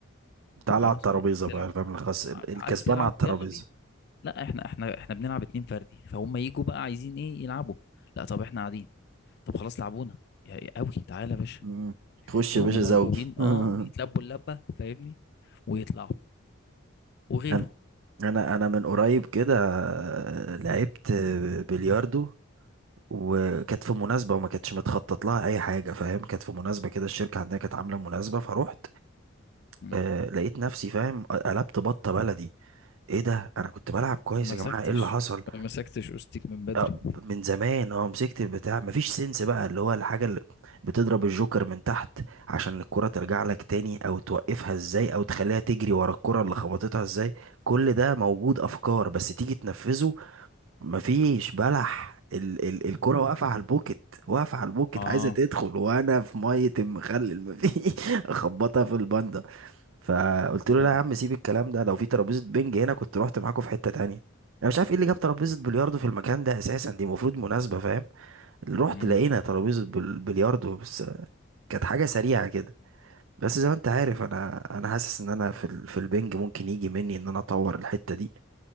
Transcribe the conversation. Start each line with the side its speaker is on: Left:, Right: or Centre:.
Right: تعالى
Left: طب خلاص
Right: على الترابيزة
Left: ما عايز تلعب
Right: بقى الفاهم الخاص ال- الكسبان
Left: عايز تلعب
Right: على الترابيزة
Left: يلا بينا لا احنا احنا احنا بنلعب اتنين فردي فهم يجوا بقى عايزين ايه يلعبوا لا طب احنا قاعدين طب خلاص لعبونا يا قوي تعالى يا باشا
Right: مم. تخش
Left: يقوموا
Right: يا باشا
Left: ملبوبين
Right: زوجي <laughs>
Left: اه يتلبوا اللبه فاهمني ويطلعوا وغيره
Right: انا انا أنا من قريب كده لعبت بلياردو وكانت في مناسبة وما كانتش متخطط لها أي حاجة فاهم كانت في مناسبة كده الشركة عندنا كانت عاملة مناسبة فروحت
Left: مم.
Right: آه، لقيت نفسي فاهم قلبت بطة بلدي ايه ده انا كنت بلعب كويس
Left: ما مسكتش
Right: يا جماعه ايه اللي حصل
Left: ما مسكتش أوستيك من بدري
Right: آه، من زمان اه مسكت البتاع مفيش سنس بقى اللي هو الحاجة اللي بتضرب الجوكر من تحت عشان الكرة ترجع لك تاني او توقفها ازاي او تخليها تجري ورا الكرة اللي خبطتها ازاي كل ده موجود افكار بس تيجي تنفذه مفيش بلح ال ال الكرة واقفة على البوكت واقفة على البوكت
Left: اه
Right: عايزة تدخل وأنا في مية المخلل مفيش <laughs> أخبطها في الباندا فقلت
Left: لا
Right: له لا
Left: لا
Right: يا عم سيب الكلام ده لو في ترابيزة بنج هنا كنت رحت معاكم في حتة تانية أنا مش عارف إيه اللي جاب ترابيزة بلياردو في المكان ده أساسا دي المفروض مناسبة فاهم رحت
Left: مم.
Right: لقينا ترابيزة بل- بلياردو بس كانت حاجة سريعة كده بس زي ما أنت عارف أنا أنا حاسس إن أنا في ال في البنج ممكن يجي مني إن أنا أطور الحتة دي